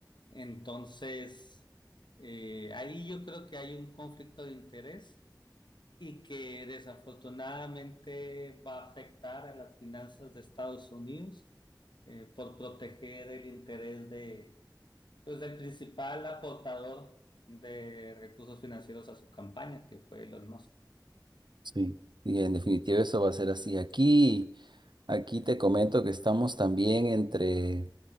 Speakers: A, on the left; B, on the right.
A: Entonces, eh, ahí yo creo que hay un conflicto de interés y que desafortunadamente va a afectar a las finanzas de Estados Unidos eh, por proteger el interés de, pues, del principal aportador de recursos financieros a su campaña, que fue Elon Musk.
B: Sí. Sí, en definitiva eso va a ser así. Aquí, aquí te comento que estamos también entre,